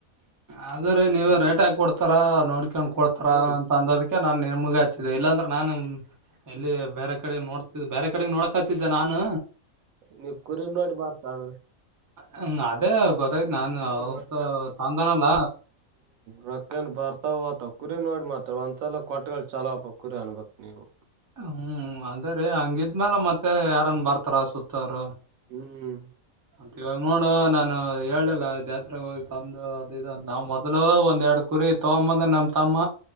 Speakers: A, on the right (about 30°); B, on the right (about 85°).
A: ಆದ್ರೆ ನೀವ ರೇಟ್ ಹಾಕಿ ಕೊಡ್ತಾರಾ ನೋಡ್ಕೊಂಡ್ ಕೊಡ್ತಾರ
B: ಹ
A: ಅಂತ ಅಂದೋದಕ್ಕೆ ನಾನ್ ನಿಮಗ ಹಚ್ಚಿ ಇ ಇಲ್ಲಾಂದ್ರೆ ನಾನು ಎಲ್ಲಿ ಬೇರೆ ಕಡೆ ನೋಡ್ತ ಬೇರೆ ಕಡೆಗೆ ನೋಡಕ್ತಿದ್ದೆ ನಾನು
B: ನೀವ್ ಕುರಿ ನೋಡಿ ಮಾತಾಡ್ರಿ
A: ಹ್ಮ ಅದೇ ಗೊತ್ತಾಯ್ತ ನಾನ್ ಅವತ್
B: ರೊಕ್ಕ
A: ತಂದಾನಲ್ಲ
B: ರೊಕ್ಕನ್ ಬರ್ತಾವ ಕುರಿ ನೋಡಿ ಮಾತಾಡು ಒಂದ್ಸಲ ಕೊಟ್ಟರು ಚಲೋ ಅದಪ್ಪ ಕುರಿ ಅನ್ಬಕ್ ನೀವು
A: ಹ್ಮ್ ಅದೇ ರೀ ಹಂಗಿ ಇದ್ದಮೇಲೆ ಮತ್ತೆ ಯಾರನ್ ಬರ್ತಾರ ಸುತ್ತಾರು
B: ಹ್ಮ್
A: ಮತ್ ಇವಾಗ ನೋಡು ನಾನು ಹೇಳಿಲ್ಲ ಜಾತ್ರೆ ಹೋಗಿ ತಂದು ಅದ ನಾವ್ ಮೊದಲು ಒಂದ್ ಎರಡು ಕುರಿ ತಗೊಂಬಂದ ನಮ ತಮ್ಮ